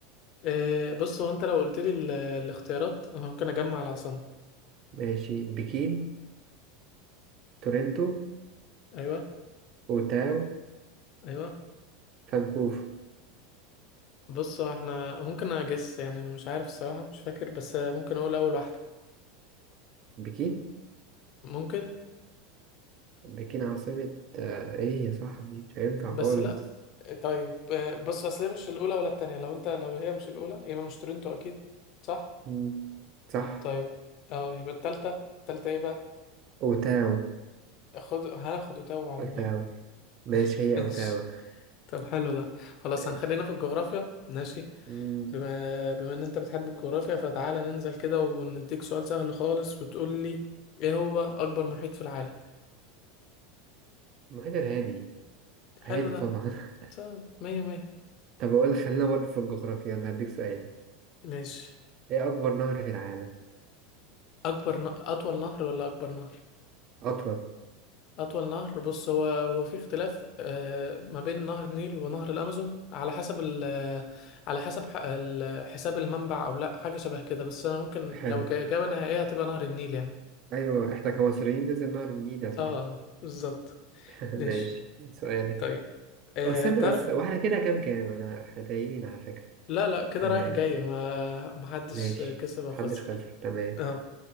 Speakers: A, on the left; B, on the right.
A: آه، بص هو انت لو قلت لي ال- الاختيارات انا ممكن اجمع العاصمه
B: ماشي بكين تورنتو
A: ايوه
B: أوتاو
A: ايوه
B: فانكوفر
A: بص هو احنا ممكن اجس يعني انا مش عارف الصراحه مش فاكر بس ممكن اقول اول واحده
B: بكين
A: ممكن
B: بكين عاصمة آه إيه يا صاحبي مش هينفع
A: بس
B: خالص
A: لا طيب آه، بص اصل هي مش الاولى ولا التانية لو انت لو هي مش الاولى يبقى مش تورنتو اكيد صح
B: مم. صح
A: طيب اه يبقى التالتة التالتة ايه بقى
B: أوتاو
A: خد هناخد وتو على
B: أوتاو
A: الله
B: ماشي
A: <laughs>
B: هي
A: ماشي
B: أوتاو
A: طب حلو ده خلاص
B: ماشي
A: هنخلينا في الجغرافيا ماشي
B: مم.
A: بما بما ان انت بتحب الجغرافيا فتعالى ننزل كده ونديك سؤال سهل خالص وتقول لي ايه هو اكبر محيط في العالم
B: المحيط الهادي هادي
A: حلو ده
B: طبعا <laughs>
A: طيب مية مية
B: طب أقول لك، خلينا برضه في الجغرافيا أنا هديك سؤالي
A: ماشي
B: إيه أكبر نهر في العالم؟
A: أكبر ن... أطول نهر ولا أكبر نهر؟
B: أطول
A: أطول نهر بص هو هو في اختلاف آه، ما بين نهر النيل ونهر الأمازون على حسب ال... آه، على حسب ح... ال... حساب المنبع أو لأ حاجة شبه كده بس أنا ممكن لو
B: حلو
A: ج- إجابة نهائية هتبقى نهر النيل يعني
B: ايوه احنا كمصريين لازم نعرف النيل يا صاحبي
A: اه آه، بالظبط
B: <laughs> ماشي
A: ماشي
B: سؤالك
A: طيب آه،
B: او استنى
A: تعرف
B: بس واحنا كده كام كام انا احنا تايهين على فكرة
A: لا لا كده
B: ها،
A: رايح جاي ما ما حدش
B: ماشي
A: كسب أو
B: محدش
A: خسر
B: خسر تمام
A: اه